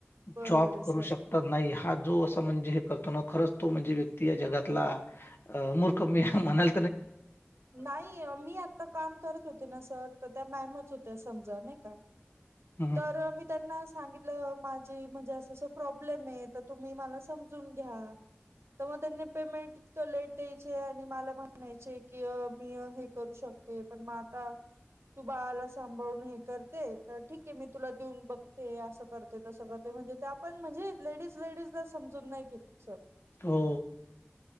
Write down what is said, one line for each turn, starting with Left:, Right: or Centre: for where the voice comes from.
Right: बरोबर
Left: जॉब
Right: आहे
Left: करू
Right: सर
Left: शकतात नाही हा जो म्हणजे हे करताना खरंच तो म्हणजे व्यक्ती या जगातला मूर्ख म्हणाल
Right: नाही मी आता काम करत होते ना सर तर त्या मॅमच हो तर समज नाही का
Left: हं, हं.
Right: तर मी त्यांना सांगितलं माझं ते म्हणजे असं प्रॉब्लेम येत तुम्ही मला समजून घ्या तेव्हा त्यांनी पेमेंट लेट द्यायचे आणि मला म्ह म्हणायचे की मी हे करू शकते पण मग आता तू बाळाला सांभाळून हे करते तर ठीक आहे मी तुला देऊन बघते असं करते तसं करते म्हणजे आपण म्हणजे लेडीज लेडीज ला समजून नाही घेत सर
Left: हो